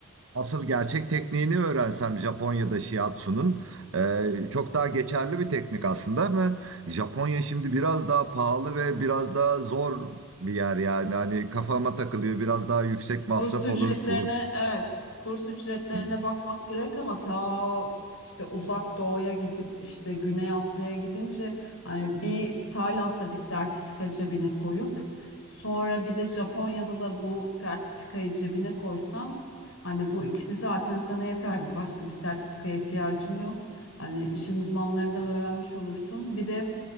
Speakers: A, on the right; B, on the left.
A: asıl gerçek tekniğini öğrensem Japonya'da shiatsu'nun e, çok daha geçerli bir teknik aslında ama Japonya şimdi biraz daha pahalı ve biraz daha zor bir yer yani. Hani kafama takılıyor. Biraz daha yüksek masraf
B: Kurs ücretlerine
A: olur, kuru.
B: evet kurs ücretlerine
A: Hı hı.
B: bakmak gerek ama ta işte uzak doğuya gidip işte Güney Asya'ya gidince hani bir Tayland'da bir sertifika cebine koyup sonra bir de Japonya'da da bu sertifikayı cebine koysam hani bu ikisi zaten sana yeter başka bir sertifikaya ihtiyacın yok. Hani işin uzmanlarından öğrenmiş olursun. Bir de